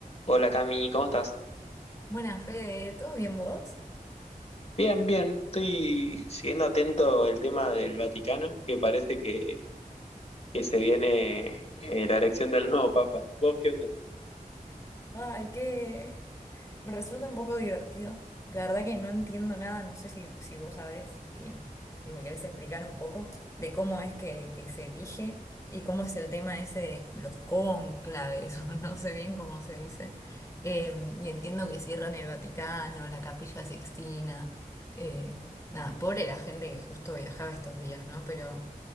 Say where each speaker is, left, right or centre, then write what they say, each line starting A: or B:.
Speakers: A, on the left (about 45°); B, on the left (about 20°).
A: Hola Cami, ¿cómo estás?
B: Buenas, Fede, ¿todo bien vos?
A: Bien, bien. Estoy siguiendo atento el tema del Vaticano, que parece que, que se viene eh, la elección del nuevo Papa. ¿Vos qué onda?
B: Ay, qué... Me resulta un poco divertido. La verdad que no entiendo nada, no sé si, si vos sabés y, y me querés explicar un poco de cómo es que, que se elige y cómo es el tema ese de los cónclaves, <laughs> o no sé bien cómo se dice. Eh, y entiendo que cierran el Vaticano, la Capilla Sixtina. eh, nada, pobre la gente que justo viajaba estos días, ¿no? Pero